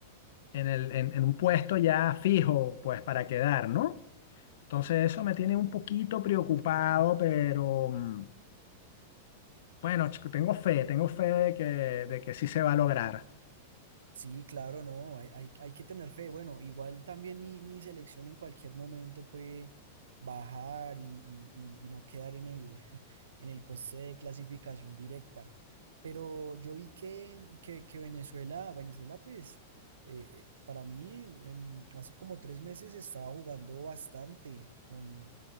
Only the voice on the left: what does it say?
en el, en, en un puesto ya fijo, pues, para quedar, ¿no? Entonces eso me tiene un poquito preocupado, pero mm, bueno, chico, tengo fe, tengo fe de que, de que sí se va a lograr.